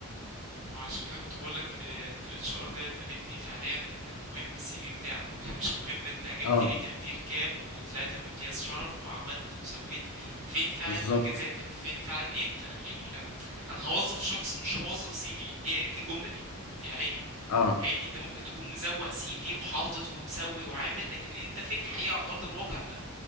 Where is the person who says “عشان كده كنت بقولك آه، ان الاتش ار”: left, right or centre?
Right